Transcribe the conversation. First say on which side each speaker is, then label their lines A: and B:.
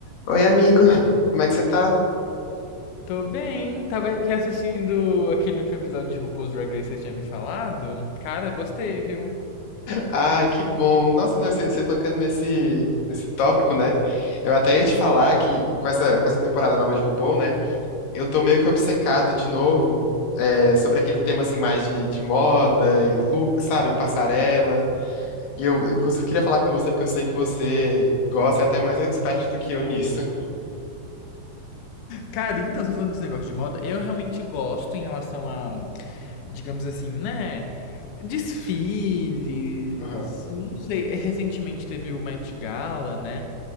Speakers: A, on the left (about 85°); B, on the left (about 65°).
A: Oi, amigo. Como é que você tá?
B: Tô bem, tava aqui assistindo aquele último episódio de RuPaul's Drag Race que você tinha me falado. Cara, gostei, viu?
A: Ai, que bom. Nossa, não, você você tocando nesse, nesse tópico, né? Eu até ia te falar que com essa, com essa temporada nova de RuPaul, né? Eu tô meio que obcecado de novo é, sobre aquele tema, assim, mais de, de moda e look, sabe? Passarela. E eu, inclusive, queria falar com você porque eu sei que você gosta e é até mais expert do que eu nisso. <laughs>
B: Cara, então, você falando desse negócio de moda, eu realmente gosto em relação a, digamos assim, né? Desfiles.
A: Aham.
B: Não sei, recentemente teve o Met Gala, né?